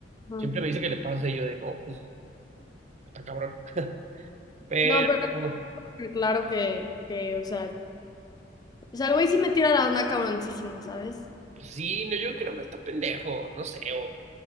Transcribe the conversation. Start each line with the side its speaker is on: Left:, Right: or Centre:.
Left: no.
Right: Siempre me dice que le pasa y yo de, no, pues, está cabrón. <laughs> Pero,
Left: No, pero pero claro que, que, o sea, o sea, el güey sí me tira la onda cabroncísimo, ¿sabes?
Right: pues Sí, no, yo creo que está pendejo, no sé, o